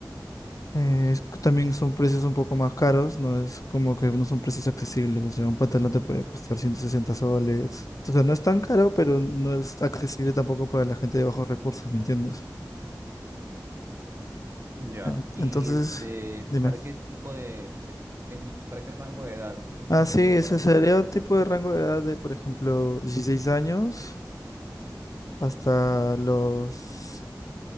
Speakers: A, on the left; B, on the right.
A: Eh, es- también son precios un poco más caros, no es como que no son precios accesibles, o sea, un pantalón te puede costar 160 soles. O sea, no es tan caro, pero no es accesible tampoco para la gente de bajos recursos, ¿me entiendes?
B: Ya.
A: En-
B: Y
A: Entonces,
B: este,
A: dime.
B: ¿para qué tipo de, de- en- para qué rango de edad? ¿Qué información
A: Ah, sí,
B: demográfica
A: ese sería
B: me puedes
A: un tipo
B: dar?
A: de rango de edad de, por ejemplo, 16 años hasta los